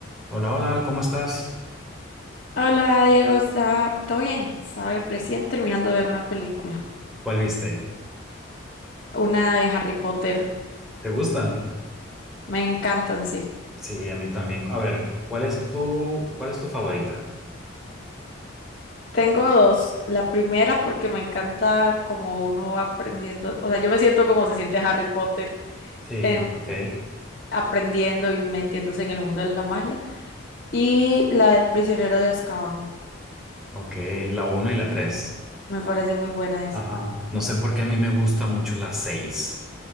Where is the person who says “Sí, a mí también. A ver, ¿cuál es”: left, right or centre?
Centre